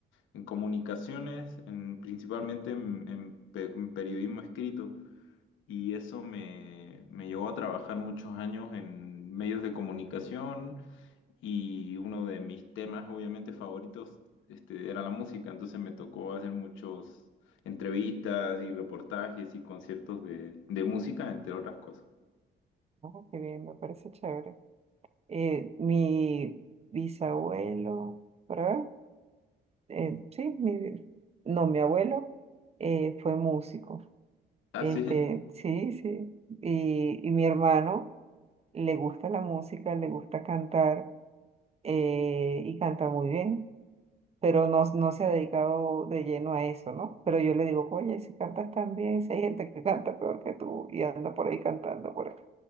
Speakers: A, on the left; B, on the right.
A: en comunicaciones, en, principalmente en, en pe- en periodismo escrito y eso me, me llevó a trabajar muchos años en medios de comunicación y uno de mis temas obviamente favoritos este, era la música, entonces me tocó hacer muchos entrevistas y reportajes y conciertos de, de música, entre otras cosas.
B: Ah, qué bien, me parece chévere. Eh, mi bisabuelo, ¿verdad? eh, sí, mi, no, mi abuelo eh, fue músico.
A: Ah,
B: Este,
A: sí,
B: sí, sí. Y, y mi hermano le gusta la música, le gusta cantar eh, y canta muy bien, pero no, no se ha dedicado de lleno a eso, ¿no? Pero yo le digo, oye, si cantas tan bien, si hay gente que canta peor que tú y anda por ahí cantando por acá.